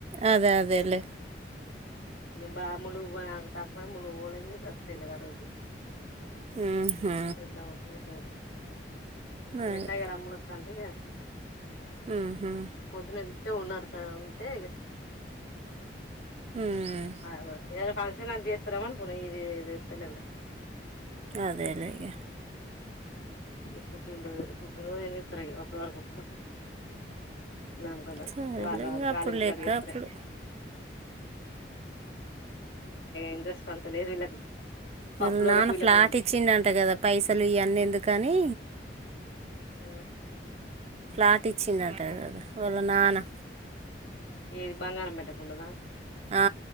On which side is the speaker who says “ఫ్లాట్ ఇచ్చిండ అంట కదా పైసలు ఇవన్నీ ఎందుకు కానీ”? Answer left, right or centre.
Right